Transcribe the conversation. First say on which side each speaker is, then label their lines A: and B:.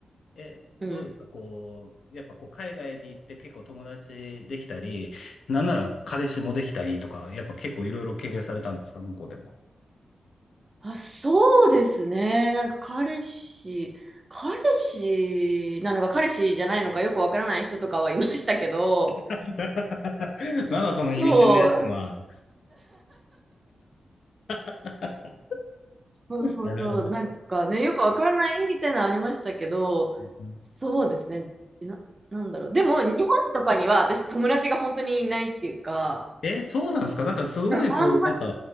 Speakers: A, on the left; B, on the right.
A: え、
B: <laughs>
A: どうですかこう、
B: うん。
A: やっぱこう、海外に行って結構友達できたり、なんなら彼氏もできたりとか、やっぱ結構いろいろ経験されたんですか向こうでも。
B: あ、そうですね。なんか彼氏、彼氏なのか彼氏じゃないのかよくわからない人とかはいましたけど、
A: <laughs> なんだその意味深なやつは。
B: うそう、
A: <laughs>
B: そうそうそう、
A: なるほどね。
B: なんかね、よくわからないみたいなのありましたけど、
A: うん
B: そうですね、な、なんだろう、でも日本とかには私、友達が本当にいないっていうか、
A: え、そうなんですかなんかすごいこう、
B: うんあんま、
A: なんか、